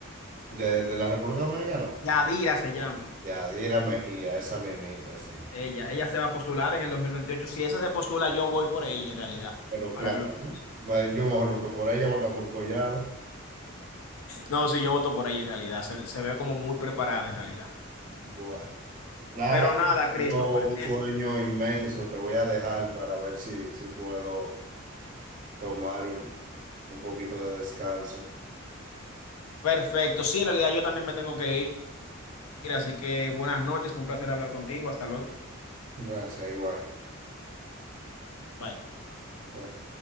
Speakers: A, on the right; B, on the left.
A: De, de la República Dominicana.
B: Yadira se llama.
A: Yadira Mejía, esa mimita, sí.
B: Ella, ella se va a postular en el dos mil veintiocho Si esa se postula, yo voy por ella en realidad.
A: Pero
B: Ahora
A: claro,
B: que lo pienso.
A: ¿no? Bueno, Yo mejor voto por ella, voto por Collado.
B: No, sí, yo voto por ella en realidad. Se, se ve como muy preparada en realidad.
A: Bueno, nada,
B: Pero nada, Christopher,
A: tengo un
B: es
A: sueño inmenso. Te voy a dejar para ver si, si puedo tomar un, un poquito de descanso.
B: Perfecto. Sí, en realidad yo también me tengo que ir, así que buenas noches. Fue un placer hablar contigo. Hasta luego.
A: Gracias, igual.
B: Bye.
A: Bye.